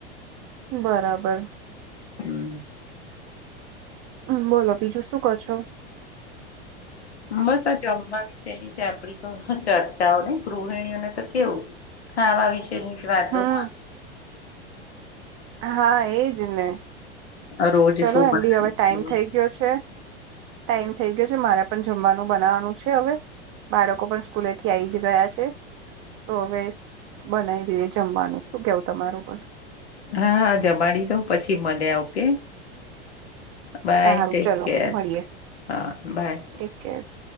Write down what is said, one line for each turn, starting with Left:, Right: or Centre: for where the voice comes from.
Right: બરાબર.
Left: હમ.
Right: હમ બોલો બીજું શું કહો છો?
Left: બસ આ જમવા વિશેની જ આપણી તો ચર્ચાઓ નહી ગૃહિણીઓને તો કેવું! હા આવા વિષયોની જ વાતો
Right: હમ
Left: હોય.
Right: હા એજ ને,
Left: રોજ
Right: ચલો
Left: શું
Right: એમ
Left: બને.
Right: બી હવે ટાઈમ થઈ ગયો છે. ટાઈમ થઈ ગયો છે. મારે પણ જમવાનું બનાવવાનું છે હવે. બાળકો પણ સ્કૂલેથી આવી જ ગયા છે. તો હવે બનાવી દઈએ જમવાનું શું કેવું તમારું પણ.
Left: હા હા જમાડી દો પછી મળ્યા ઓકે. બાય
Right: સારું
Left: ટેક
Right: ચલો
Left: કેર
Right: મળીએ
Left: હા બાય.
Right: <inaudible>